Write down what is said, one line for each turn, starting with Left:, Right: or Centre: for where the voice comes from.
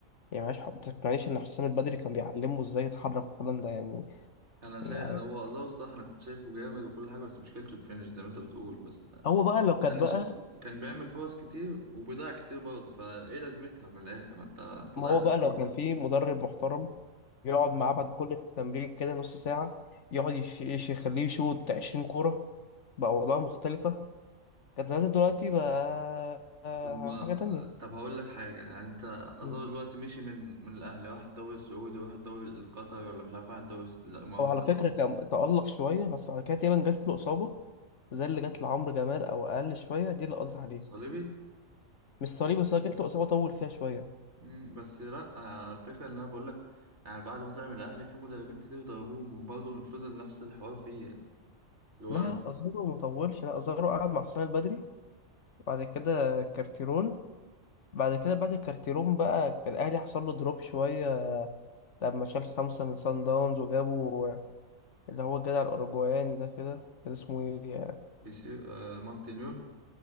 Left: يعني معلش ما تقنعنيش ان حسام البدري كان بيعلمه ازاي يتحرك والكلام ده يعني
Right: انا شايف
Left: يعني
Right: هو ازار الصح انا كنت شايفه جامد وكل حاجه بس مشكلته الفينش زي ما انت بتقول بس
Left: هو بقى لو كانت
Right: انا
Left: بقى
Right: شايف كان بيعمل فرص كتير وبيضيع كتير برضه فايه لازمتها من الاخر ما انت انت
Left: ما
Right: ضيعت
Left: هو بقى
Right: كتير
Left: لو كان في مدرب محترم يقعد معاه بعد كل تمرين كده نص ساعة يقعد يش- يش- يخليه يشوط 20 كورة بقى أوضاع مختلفة كانت زمان دلوقتي بقى آه،
Right: طب ما-
Left: حاجة تانية
Right: طب هقول لك حاجة يعني انت اظن
Left: مم.
Right: دلوقتي مشي من من الاهلي واحد الدوري السعودي وواحد الدوري القطري ولا مش عارف واحد الدوري الس- لا الاماراتي
Left: هو على فكرة كان تألق شوية بس بعد كده تقريبا جات له إصابة زي اللي جات لعمرو جمال أو أقل شوية دي اللي قضت عليه
Right: صليبي
Left: مش صليبي بس جات له إصابة طول فيها شوية
Right: مم، بس لا آه، الفكرة ان انا بقول لك يعني بعد ما طلع من الاهلي في مدربين كتير ضربوه برضه فضل نفس الحوار فيه يعني. اللي
Left: لا
Right: هو
Left: لا ازارو مطولش لا ازارو قعد مع حسام البدري وبعد كده كارتيرون بعد كده بعد الكارتيرون بقى الاهلي حصل له دروب شويه لما شال خمسه من سان داونز وجابوا اللي هو الجدع الاوروجواني ده كده كان اسمه ايه
Right: بيسير آه مارتينيول